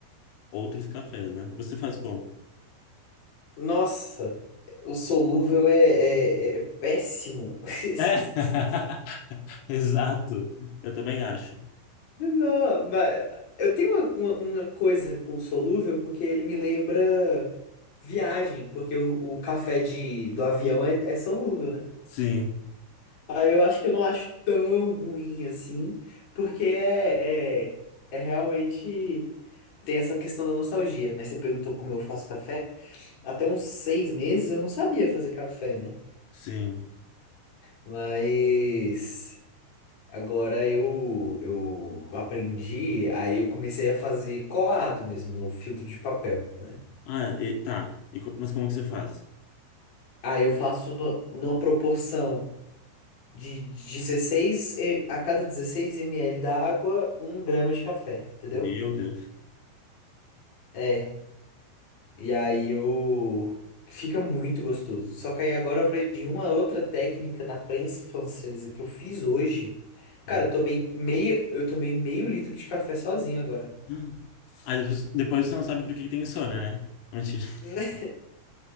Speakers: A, on the left; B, on the left.
A: outros cafés, né? Você faz como?
B: Nossa, o solúvel é, é- é é péssimo. <laughs>
A: É, <laughs> exato. Eu também acho.
B: Não, mas eu tenho uma, uma- uma coisa com solúvel porque ele me lembra viagem, porque o, o café de, do avião é, é solúvel, né?
A: Sim,
B: Aí eu acho que eu não acho tão ruim assim, porque é, é, é realmente tem essa questão da nostalgia. Mas você perguntou como eu faço café? Até uns seis meses eu não sabia fazer café, né?
A: sim.
B: Mas. Agora eu, eu aprendi, aí eu comecei a fazer colado mesmo no filtro de papel, né?
A: Ah, e- tá. E co- mas como que você faz?
B: Aí eu faço no- numa proporção de dezesseis e- a cada 16 ml da água, um grama de café, entendeu?
A: Meu Deus.
B: É, e aí eu... Fica muito gostoso. Só que aí agora eu aprendi uma outra técnica na prensa francesa que eu fiz hoje.
A: Peraí.
B: Cara, eu tomei meio, eu tomei meio litro de café sozinho agora.
A: Hum. Aí depois, depois você não sabe por que que tem insônia, né? Mentira. <laughs>
B: <laughs>